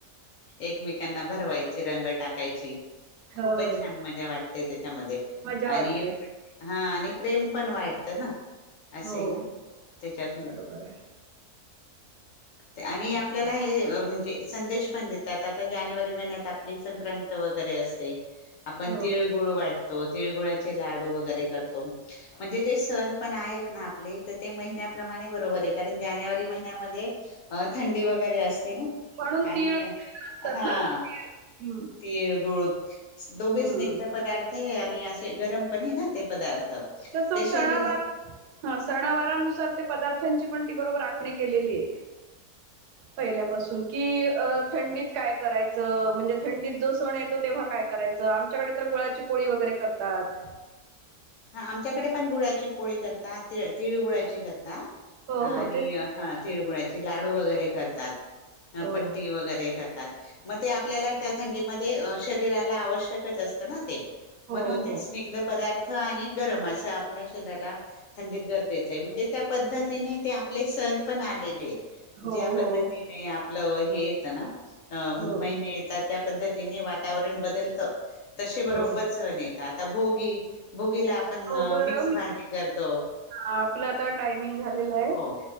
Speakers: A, on the left; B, on the right.
A: एकमेकांना भरवायची रंग टाक य
B: होय.
A: खूपच छान मजा वाटते त्याच्यामध्ये
B: मजा वाटते.
A: आणि हा, आणि प्रेम पण वाढतं ना, असे
B: हो,
A: नाऽ त्याच्यात
B: बरोबर आहे.
A: ते्, आणि
B: तेच,
A: आपल्याला,,
B: तेच.
A: हे म्हणजे संदेशऽ पन देतात, आता जानेवारी महिन्यात आपली संक्रांत वगैरे असते,, आपन
B: हो,
A: तिळऽ तिळगुळ वाटतो, तिळगुळाचे लाडू वगैरे करतो. म्हणजे जे सण पण आहेत ना आपले, तर ते महिन्याऽ माणे बरोबर आहे, कारण जानेवारी महिन्यामध्येऽ अ थंडी वगैरे असते ना,,
B: म्हणून
A: आणि
B: तीळ कृष्ण असतात
A: हा,,
B: ना तीळ. हं,
A: तिळगुळ दोघे
B: हं.
A: स्नग्ध पदार्थ ते आणि असे गरम पणे ना ते पदार्थ
B: तस
A: ते
B: सणावार
A: शरीर
B: हा सणावारनुसार ते पदार्थांची पण ती बरोबर राखणी केलेली आहे
A: <inaudible>
B: पहिल्यापासून की अ थंडीत काय करायचं म्हणजे थंडीत जो सण येत तो तेव्हा काय करायचं आमच्याकडे तर गुळाची पोळी वगैरे करतात
A: हा आमच्याकडे पण गुळा्याची पोळी करतात त तिळ गुळा्याची करतात
B: हो,
A: आणि
B: हो, तेच.
A: हा तिळगुळ्याची लाडू वगैरे करतात
B: हो,
A: पट्टी वगैरे करतात मग ते आपल्याला त्या थंडीमध्ये शरीराला आवश्यकच असतं ना ते
B: हो,
A: म्हणून ते
B: हो.
A: स्निग्ध पदार्थ आणि गरम असं आपल्या शरीराला थंडीत गरजेचं आहे म्हणजे त्या पद्धतीने ते आपले सण पण आलेले
B: हो,
A: ज्या पद्धतीने
B: हो,
A: आपलं हे येत ना
B: हो,
A: महिने येतात त्या पद्धतीने वातावरण बदलत तसे
B: हो.
A: बरोबर सण येत आता भोगी भुगीला आपण
B: हो, बरं
A: मिक्स
B: मी
A: भाजी करतो
B: आपलं आता टायमिंग झालेलं आहे.
A: हो